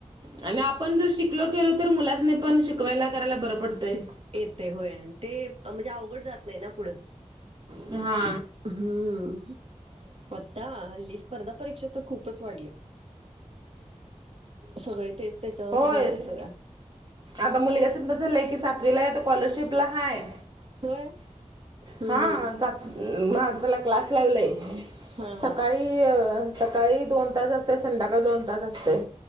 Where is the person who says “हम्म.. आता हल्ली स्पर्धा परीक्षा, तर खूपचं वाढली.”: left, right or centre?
Right